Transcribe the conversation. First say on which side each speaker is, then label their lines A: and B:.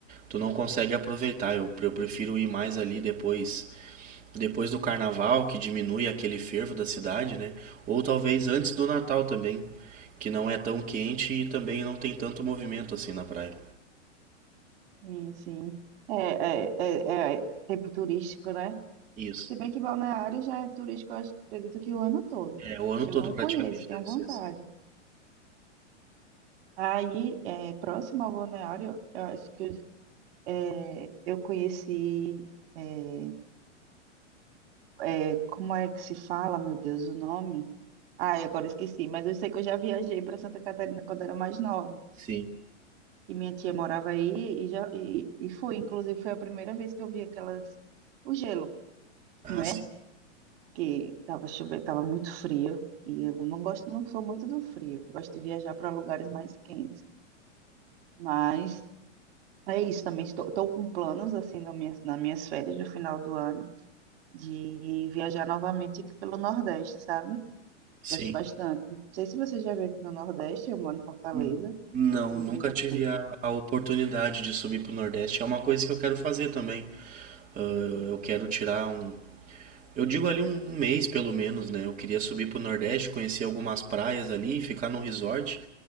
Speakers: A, on the right; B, on the right.
A: tu não consegue aproveitar. Eu, eu prefiro ir mais ali depois, depois do carnaval, que diminui aquele fervo da cidade, né? Ou talvez antes do Natal também, que não é tão quente e também não tem tanto movimento assim na praia.
B: sim. sim. É, é, é, é é tempo turístico, né?
A: Isso.
B: Se bem que Balneário já é turístico, eu acho- acredito que o ano todo.
A: É, o ano
B: Eu
A: todo
B: não
A: praticamente
B: conheço, tenho
A: deve
B: vontade.
A: ser assim.
B: Aí, é, próximo ao balneário, eu acho que eu é, eu conheci. é, é, como é que se fala, meu Deus, o nome? Ai, agora esqueci, mas eu sei que eu já viajei para Santa Catarina quando era mais nova.
A: Sim.
B: E minha tia morava aí e, já, e, e fui. Inclusive, foi a primeira vez que eu vi aquelas. O gelo,
A: Ah,
B: né?
A: sim.
B: Que tava chovendo, tava muito frio. E eu não gosto, não sou muito do frio. Gosto de viajar para lugares mais quentes. Mas. É isso também. Estou, estou com planos, assim, na minha, nas minhas férias do final do ano, de viajar novamente aqui pelo Nordeste, sabe?
A: Sim.
B: Gosto bastante. Não sei se você já veio aqui no Nordeste, eu moro em Fortaleza,
A: Hum, Não,
B: e
A: nunca
B: é
A: tive
B: bem.
A: a, a oportunidade de subir pro Nordeste. É uma coisa que eu quero fazer também. Ah, eu quero tirar um, Eu digo ali um, um mês pelo menos, né? Eu queria subir pro Nordeste, conhecer algumas praias ali, ficar num resort,